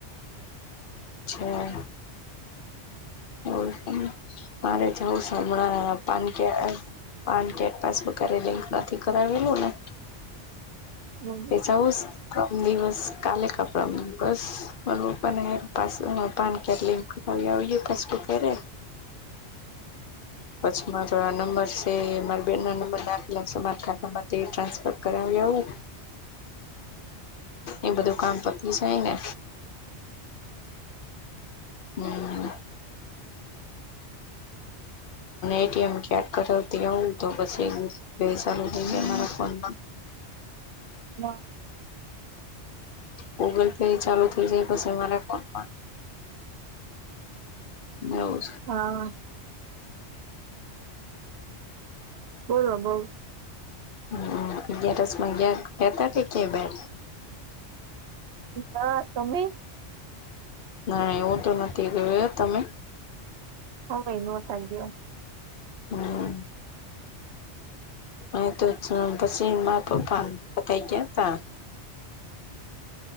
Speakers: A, on the left; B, on the right.
A: અ છેા. એવ પણ મારે જવું હમળા પાન પાન કાર્ડ પાસબુક્યારે લિંક નથી કરાવેલું ને
B: હમ
A: જેવુછ મ દિવસ કાલે કપડા બસ મ્પાને પા પાન કે-' હવે ય ફેસબુક ર પછી મારો નંબર છે મારા બેન ના નંબર ના આપેલા છે મારા ખાતામાં તે ટ્રાન્સફર કરાવી આવું. એ બધું કામ પત જય ને હમ એટીએમ કેડ કરાવતી હું તો બસ એ બે ચાલુ થઈ અરા ફોન
B: ના
A: ગૂગલ પે ચાલુ થઇ જાય પછી મારા ફોનમા એવું છે.
B: હા બોલો બોલ
A: હમ અગિયારસમાંગ કેતા કે કે બેર
B: હા સમમી
A: ના એવું તો નથી ગયું તમે
B: અમે નતા ગે
A: હમ અ તો પછી મા પઈ ગયા તા